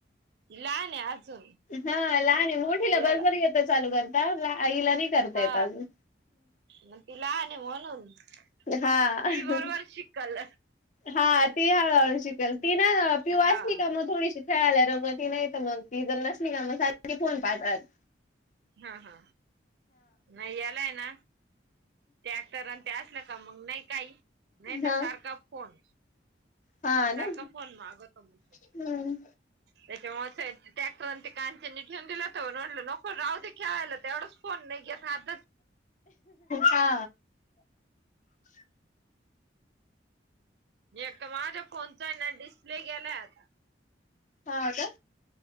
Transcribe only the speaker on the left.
हा लहान आहे, मोठीला
बरोबर येत चालू करता लहा हिला नाही. करता
येत अजून.
हा
हा ती हळूहळू शिकल, ती ना अ पिऊ
असली का मग थोडीशी खेळायला रमती नाही तर मंग ती जर नसली का मग सारखी फोन पाहत राहती.
हा
हा
ना
हम्म
हा
हा का.